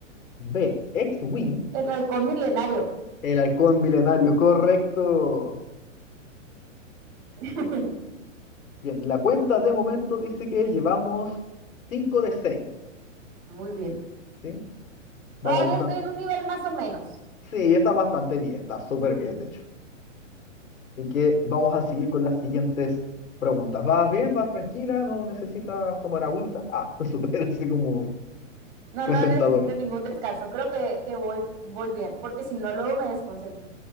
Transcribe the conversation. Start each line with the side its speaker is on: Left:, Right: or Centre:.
Left: B, X-Wing.
Right: El halcón milenario.
Left: El halcón milenario, correcto.
Right: <laughs>
Left: Bien, la cuenta de momento dice que llevamos 5 de 6,
Right: Muy bien.
Left: ¿sí? Vamos
Right: Todavía
Left: bastante.
Right: estoy en un nivel más o menos.
Left: Sí, está bastante bien, está súper bien, de hecho. Así que vamos a seguir con las siguientes preguntas. ¿Vas bien? ¿Vas tranquila? ¿No necesitas tomar agüita? Ah, <laughs> súper, así como
Right: No,
Left: presentador.
Right: no necesito ningún descanso. Creo que, que voy, voy bien, porque si no, luego me desconcentro.